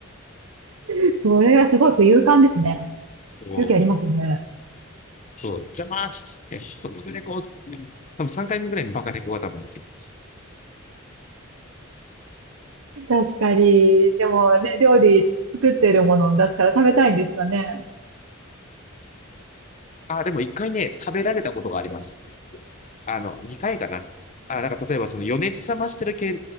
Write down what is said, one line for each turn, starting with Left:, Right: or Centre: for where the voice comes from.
Right: え、それはすごく勇敢ですね。
Left: そう、
Right: 勇気ありますね。
Left: そう、邪魔ーっつって、バカ猫つ多分3回目ぐらいにバカ猫が多分出てきます。
Right: 確かに。でもね、料理作ってるものを出すから食べたいんですかね。
Left: あー、でも1回ね、食べられたことがあります。あの、2回かな。あー、なんか例えばその余熱冷ましてる系